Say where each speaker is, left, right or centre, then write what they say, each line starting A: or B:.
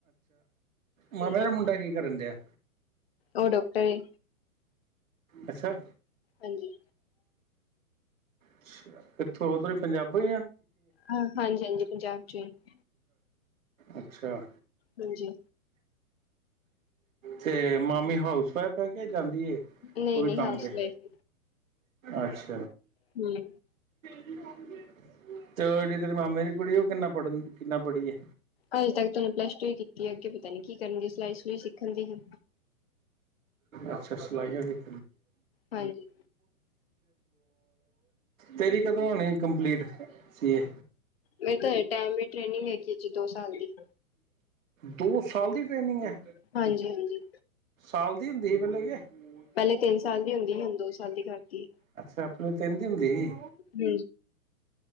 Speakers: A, on the right; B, on the left.
A: ਮਾਮੇ
B: ਹਾਂਜੀ,
A: ਦਾ ਮੁੰਡਾ ਕੀ ਕਰਨ ਦਿਆ ਐ।
B: ਉਹ ਡੋਕਟਰ ਏ
A: ਅੱਛਾ
B: ਹਾਂਜੀ
A: ਅੱਛਾ ਕਿੱਥੋਂ ਉਧਰੋਂ ਪੰਜਾਬੋਂ
B: ਹ ਹਾਂਜੀ ਹਾਂਜੀ ਪੰਜਾਬ ਚੋ ਹੀ
A: ਅੱਛਾ
B: ਹਾਂਜੀ
A: ਤੇ ਮਾਮੀ ਹਾਊਸ ਵਾਈਫ ਹੈ ਕੇ ਜਾਂਦੀ ਹੈ
B: ਨਈ-ਨਈ
A: ਓ ਵੀ ਕੰਮ
B: ਹਾਊਸ
A: ਤੇ
B: ਵਾਈਫ
A: ਅੱਛਾ
B: ਹਮ
A: ਤੇ ਉਹ ਜਿਹੜੀ ਤੇਰੇ ਮਾਮੇ ਦੀ ਕੁੜੀ ਉਹ ਕਿੰਨਾ ਪੜ੍ਹਨ ਕਿੰਨਾ ਪੜ੍ਹੀ ਐ
B: ਅਜੇ ਤੱਕ ਓਹਨੇ ਪਲੱਸ ਟੂ ਹੀ ਕੀਤੀ ਐ ਅੱਗੇ ਪਤਾ ਨੀ ਕੀ ਕਰਨ ਗੀ ਸਿਲਾਈ ਸੁਲਈ ਸਿੱਖਣ ਦੀ ਹੀ।
A: ਅੱਛਾ ਸਿਲਾਈਆਂ ਸਿੱਖ
B: ਹਾਂਜੀ,
A: ਤੇਰੀ ਕਦੋਂ ਹੋਣੀ ਕੰਪਲੀਟ ਸੀ ਏ।
B: ਮੇਰੇ ਤਾਂ ਹਜੇ ਟਾਈਮ ਏ, ਟ੍ਰੇਨਿੰਗ ਹੈਗੀ ਹਜੇ ਦੋ ਸਾਲ ਦੀ।
A: ਦੋ ਸਾਲ ਦੀ ਟ੍ਰੇਨਿੰਗ ਐ
B: ਹਾਂਜੀ-ਹਾਂਜੀ
A: <inaudible>
B: ਪੈਲੇ ਤਿੰਨ ਸਾਲ ਦੀ ਹੁੰਦੀ ਹੁਣ ਦੋ ਸਾਲ ਦੀ ਕਰਦੀ
A: ਅੱਛਾ, ਆਪ ਤਿੰਨ ਦੀ ਸੀ।
B: <inaudible>